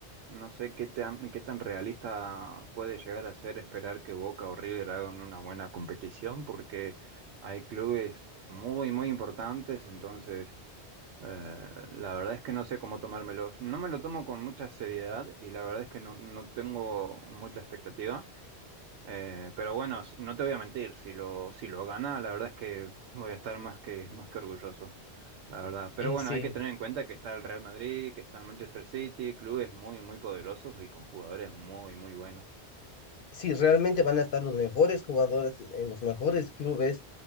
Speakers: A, on the right (about 80°); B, on the left (about 60°).
A: no sé qué tan, qué tan realista puede llegar a ser esperar que Boca o River hagan una buena competición, porque hay clubes muy, muy importantes, entonces eh, la verdad es que no sé cómo tomármelo. No me lo tomo con mucha seriedad y la verdad es que no, no tengo mucha expectativa, eh, pero bueno, s- no te voy a mentir, si lo, si lo gana, la verdad es que <laughs> voy a estar más que, más que orgulloso la verdad. Pero
B: Y
A: bueno,
B: sí.
A: hay que tener en cuenta que está el Real Madrid, que está el Manchester City, clubes muy, muy poderosos y con jugadores muy, muy buenos.
B: Sí, realmente van a estar los mejores jugadores en los mejores clubes